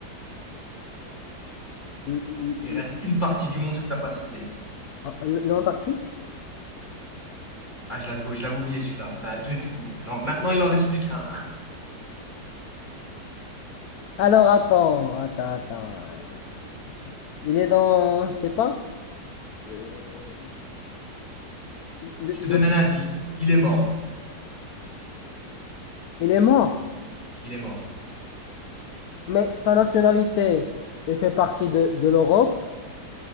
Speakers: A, on the left; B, on the left.
A: L- l-
B: il reste une partie du monde que t'as pas cité.
A: l- L'Antarctique?
B: Ah, je l'avais, je l'avais oublié celui-là. Bah, deux du coup. Non, maintenant il en reste plus qu'un.
A: Alors attends, attends, attends. euh, tu- Il est dans, je sais pas. euh, le-
B: Je
A: le-
B: te donne un indice. Il est mort.
A: Il est mort.
B: Il est mort.
A: Mais sa nationalité, il fait partie de, de l'Europe.